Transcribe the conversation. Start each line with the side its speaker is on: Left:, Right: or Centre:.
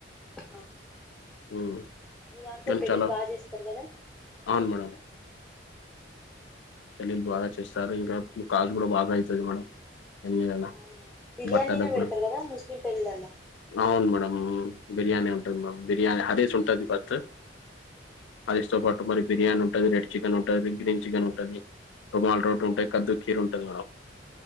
Centre: అ
Left: హ్మ్.
Centre: మీ దాంట్లో
Left: కానీ
Centre: పెళ్ళిళ్
Left: చాలా
Centre: బాగ చేస్తారు గదా
Left: అవును మేడం పేల్లిళ్లు బాగా చేస్తారు ఇంకా కాస్ట్ గూడ బాగా అయితది మేడం దాని మీద
Centre: అవునా బిర్యానీనే
Left: బట్టలకు గూడా.
Centre: బెడతరు కదా ముస్లిం పెళ్ళిలలా
Left: అవును మేడమ్ బిర్యానే ఉంటది మేడమ్ బిర్యానీ హరీస్ ఉంటది ఫస్ట్ హరిస్ తో పాటు మరి బిర్యానీ ఉంటది, రెడ్ చికెన్ ఉంటది, గ్రీన్ చికెన్ ఉంటది. రుమాల్ రోడ్ ఉంటయి
Centre: అవునవును
Left: కద్దు కీరు ఉంటది. మేడం